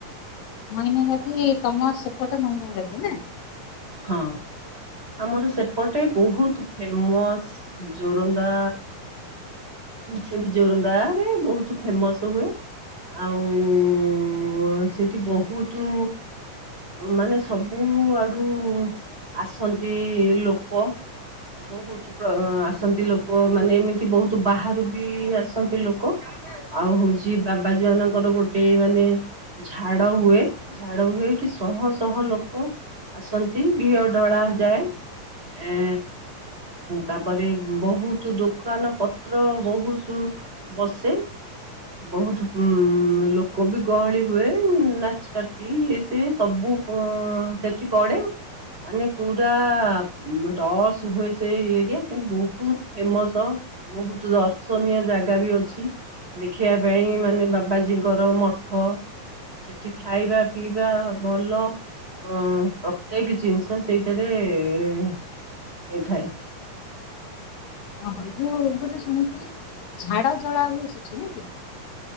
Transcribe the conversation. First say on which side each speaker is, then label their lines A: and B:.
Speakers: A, on the left; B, on the right.
A: ମହିମା ଗାଦି ତମ ସେପଟେ ମହିମାଗାଦି ନା।
B: ହଁ। ଆମର ସେପଟେ ବୋହୁତ ଫେମସ୍ ଜୋରନ୍ଦା। ସେ ବି ଜୋରନ୍ଦା ରେ ବହୁତ ଫେମସ ହୁଏ। ଆଉ ସେଠି ବହୁତୁ ମାନେ ସବୁ ଆଡୁ ଆସନ୍ତି ଲୋକ। ବହୁତୁ ଆସନ୍ତି ଲୋକ ମାନେ ଏମିତି ବହୁତ ବାହାରୁ ବି ଆସନ୍ତି ଲୋକ। ଆଉ ହୋଉଚି ବାବାଜୀ ମାନଙ୍କର ଗୋଟିଏ ମାନେ ଝାଡ ହୁଏ ଝାଡ ହୁଏ ଏଠି ଶହ ଶହ ଲୋକ ଆସନ୍ତି ଘିଅ ଢଳା ଯାଏ। ଏ ତାପରେ ବୋହୁତୁ ଦୋକାନ ପତ୍ର ବୋହୁତୁ ବସେ। ବୋହୁତୁ ଉଁ ଲୋକ ବି ଗହଳି ହୁଏ ନାଚପଟି ଇଏ ସିଏ ସବୁ ଓ ସେଠି ପଡେ। ମାନେ ପୁରୁ ରସ୍ ହୁଏ ସେ ଏରିଆ କିନ୍ତୁ ବୋହୁତୁ ଫେମସ। ବୋହୁତୁ ଦର୍ଶନୀୟ ଜାଗା ବି ଅଛି। ଦେଖିବା ପାଇଁ ମାନେ ବାବାଜୀଙ୍କର ମଠ ସେଠି ଖାଇବା ପିଇବା ଭଲ ଅଁ ପ୍ରତ୍ୟେକ୍ ଜିନ୍ଷ ସେଇଠାରେ ହେଇଥାଏ।
A: ଓ ହ ଯୋଉ ଗୋଟେ ଶୁଣିଥିଲି ଝାଡ଼ ଜଳା ହୁଏ ସେଠି ନା କି